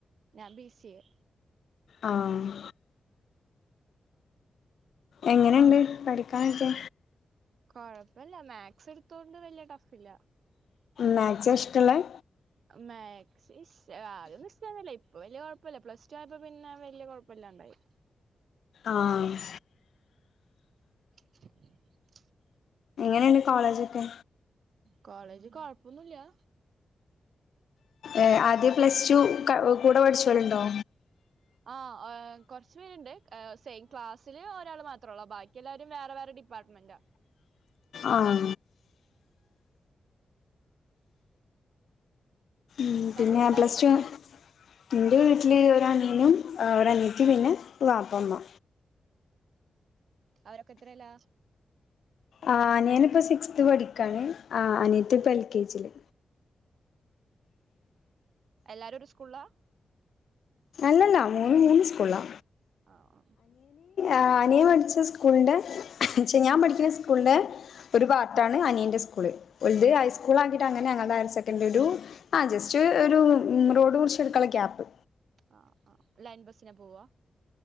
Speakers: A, on the right; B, on the left.
A: ഞാൻ ബി സി എ.
B: ആഹ് എങ്ങനെണ്ട് പഠിക്കാനോക്കെ?
A: കൊഴപ്പല്ല മാത്സ് എടുത്തൊണ്ട് വല്യ ടഫ് ഇല്ല
B: മാകസ ഇഷ്ടല്ലേ.?
A: മേക്സിഷ് ആദ്യോന്നും ഇഷ്ടല്യായിര്നില്ല ഇപ്പോൾ വലിയ കൊയപ്പല്യ പ്ലസ്ടു ആയപ്പോൾ പിന്നെ വെല്യ കുഴപ്പല്യാണ്ട പൊയി.
B: ആഹ്.
A: <inaudible>
B: എൻ കോളേജ്ക്കെ.
A: കോളേജ് കൊഴപ്പൊന്നുല്യാ.
B: ഏഹ് ആദ്യം പ്ലസ് ടു കൂടെ പഠിച്ചോലുണ്ടോ?
A: ആ ഓഹേം കൊറച്ച് പേരുണ്ട്. സെയിം ക്ലാസ്സിൽ ഒരാൾ മാത്രോള്ളൂ ബാക്കി എല്ലാരും വേറെ വേറെ ഡിപ്പാർട്ട് മെന്റാ.
B: ആഹ് ഉം
A: തന്റെ
B: പിനേ
A: വീട്ടിലാരൊക്കെ
B: പ്ലസ് ടു
A: ഉണ്ട്
B: ഇന്റെ വീട്ടിൽ ഒരു അനിയനും ഒരു അനീയാത്തിം. പിന്നെ വാ പ്പമ്മ
A: അവരൊക്കെ എത്രേല്ലാ?
B: ആ അനിയാന് ഇപ്പോ സിക്സ്ത് പഠിക്കാണ്. ആ അനിയത്തി ഇപ്പ എൽ. കെ. ജി യില്.
A: എല്ലാരും ഒരു സ്കൂളാ?
B: അല്ലല്ലാ മൂന്നും മൂന്ന് സ്കൂളാ.
A: ആഹ.
B: ആ നിയൻ പഠിച്ച സ്കൂളിൻ്റെ ൻച്ച് ഞാൻ പഠിക്ക്‌ണ സ്കൂളിൻ്റെ ഒരു ബാത്താണ് അനിയന്റെ സ്കൂള്. ഒൽത്
A: ആഹ് ഓ
B: ഹൈസ്കൂൾ ആകിട്ട് അങ്ങനെ രായിരസെക്കൻഡരൂ ആ് ജസ്റ്റ് ഒരു മ് റോഡുർച്ച് കട്ക്കാള്ള ഗ്യാപ്പ്.
A: ആ ആ ലൈൻ ബസിനാ പോവാ?